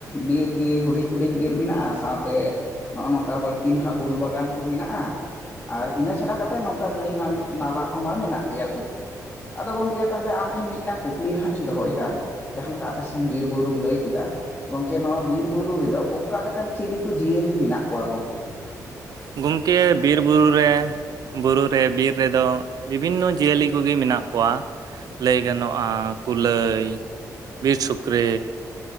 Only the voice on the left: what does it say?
ᱵᱤᱨ ᱜᱮ ᱦᱩᱰᱤᱧ ᱦᱩᱰᱤᱧ ᱵᱤᱨ ᱢᱮᱱᱟᱜᱼᱟ ᱥᱟᱶᱛᱮ ᱱᱚᱜᱼᱚ ᱱᱚᱝᱠᱟ ᱵᱟᱹᱲᱛᱤ ᱱᱟᱦᱟᱜ ᱩᱞ ᱵᱟᱜᱟᱱ ᱠᱚ ᱢᱮᱱᱟᱜᱼᱟ ᱟᱨ ᱤᱱᱟᱹ ᱪᱷᱟᱰᱟ ᱠᱟᱛᱮᱫ ᱱᱚᱝᱠᱟ ᱱᱟᱹᱭ ᱱᱟᱞᱟ ᱢᱟ ᱢᱮᱱᱟᱜ ᱜᱮᱭᱟ ᱜᱚᱢᱠᱮ ᱟᱫᱚ ᱜᱚᱢᱠᱮ ᱛᱟᱦᱚᱞᱮ ᱟᱢ ᱴᱷᱮᱱ ᱢᱤᱫᱴᱟᱝ ᱠᱩᱠᱞᱤ ᱦᱟᱜ ᱤᱧ ᱫᱚᱦᱚᱭ ᱮᱫᱟ ᱡᱟᱦᱟᱸ ᱞᱮᱠᱟ ᱟᱯᱮᱥᱮᱱ ᱵᱤᱨ ᱵᱩᱨᱩᱢ ᱞᱟᱹᱭ ᱠᱮᱫᱟ ᱜᱚᱝᱠᱮ ᱱᱚᱣᱟ ᱵᱤᱨ ᱵᱩᱨᱩ ᱨᱮᱫᱚ ᱚᱠᱟ ᱞᱮᱮᱠᱟᱱ ᱪᱤᱞᱤ ᱠᱚ ᱡᱤᱭᱟᱹᱞᱤ ᱢᱮᱱᱟᱜ ᱠᱚᱣᱟ ᱜᱚᱢᱠᱮ